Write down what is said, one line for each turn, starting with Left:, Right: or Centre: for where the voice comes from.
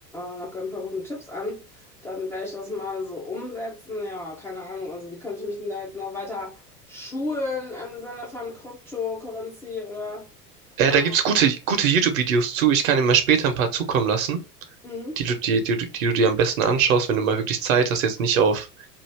Centre: äh, nach ein paar guten Tipps an. Dann werde ich das mal so umsetzen. Ja, keine Ahnung. Also, wie könnte ich mich denn da jetzt noch weiter schulen im Sinne von Cryptocurrency oder?
Right: Äh,
Centre: äh,
Right: da gibt's gute, gute YouTube-Videos zu. Ich kann dir mal später ein paar zukommen lassen,
Centre: Mhm.
Right: die du, die, die, du- die du dir am besten anschaust, wenn du mal wirklich Zeit hast, jetzt nicht auf